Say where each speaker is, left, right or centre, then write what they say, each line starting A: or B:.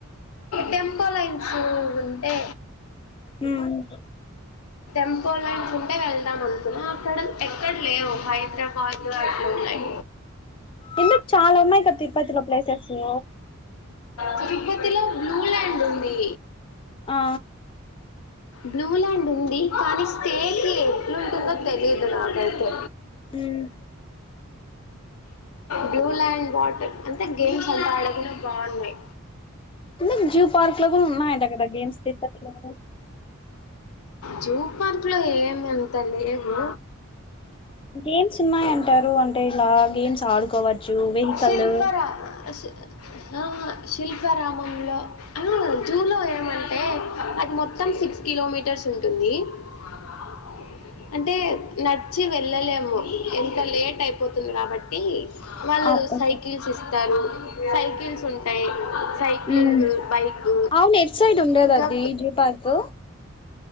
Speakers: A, on the left; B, on the left.
A: టెం ఇంకో లైన్స్ ఉంటే
B: ఉమ్
A: ఇంకోలాండ్స్ ఉంటే వెళ్దాం అనుకున్నా అక్కడ ఎక్కడ లేవు హైదరాబాదు అట్లు ఉన్నాయి
B: ఎందుకు చాలా ఉన్నాయి గా తిరుపతి లో ప్లేసెసు
A: తిరుపతిలో బ్లూల్యాండ్ ఉంది
B: ఆ
A: బ్లూల్యాండ్ ఉంది కానీ స్టేకి ఎట్లుంటుందో తెలీదు నాకైతే
B: ఉమ్
A: బ్లూ ల్యాండ్ వాటర్ అంటే గేమ్స్ అంతా అడగనే బాగున్నాయి
B: అంటే జూ పార్క్ లో కూడా ఉనాయి అంటా కదా గేమ్స్ తిరుపతి లో
A: జూ పార్క్ లో ఏమి అంతా లేవు
B: గేమ్స్ ఉన్నాయంటారు అంటే ఇలా గేమ్స్ ఆడుకోవచ్చు వెహికలు
A: శిల్పరా శి- ఆ శిల్పారమంలో ఆ జూలో ఏమంటే అది మొత్తం సిక్స్ కిలోమీటర్స్ ఉంటుంది ఆ <unintelligible> అంటే నచ్చి వెళ్ళలేమ్ము ఎంత లేట్ అయిపోంది పోతుంది కాబట్టి వాళ్ళు
B: ఆ ఓకే
A: సైకిల్స్ ఇస్తారు సైకిల్స్ ఉంటాయి సైక్లింగ్
B: ఉమ్
A: బైక్
B: అవును ఎట్ సైడ్ ఉండేది
A: ఇంకా
B: అది జూ పార్క్